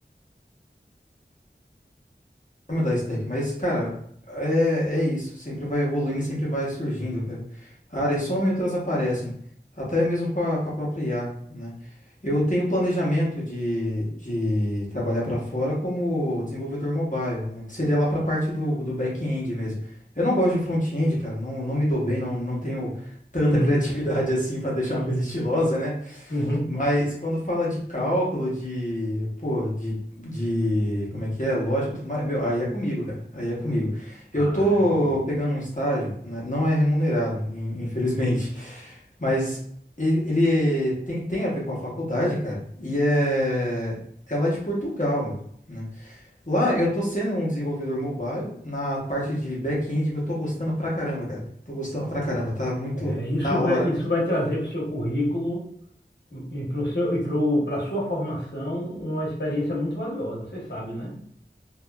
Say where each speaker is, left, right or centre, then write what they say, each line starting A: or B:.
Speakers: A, on the left; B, on the left.
A: vai mudar a stack, mas, cara, é, é isso. Sempre vai evoluindo e sempre vai surgindo, cara. Áreas somem e outras aparecem. Até mesmo com a, com a própria IA, né? Eu tenho planejamento de, de trabalhar para fora como desenvolvedor mobile, né? Que seria lá para a parte do, do back-end mesmo. Eu não gosto de front-end, cara. Não, não me dou bem, não, não tenho tanta
B: Uhum,
A: criatividade <laughs> assim para deixar
B: sim,
A: uma coisa estilosa, né?
B: uhum.
A: Mas quando fala de cálculo, de, pô, de, de, como é que é, lógica, e tudo mais, meu, aí é comigo, cara, aí é comigo. Eu
B: Ah,
A: tô
B: show de bola.
A: pegando um estágio, né, não é remunerado, in- infelizmente, <laughs> mas ele, ele é- tem, tem a ver com a faculdade, cara, e é, é lá de Portugal, meu, né? Lá eu tô sendo um desenvolvedor mobile, na parte de back-end, meu, eu tô gostando pra caramba, cara, tô gostando pra caramba, tá muito
B: É, isso
A: da hora
B: vai, isso
A: mesmo.
B: vai trazer para o seu currículo e para o seu, e para a sua formação uma experiência muito valiosa, você sabe, né?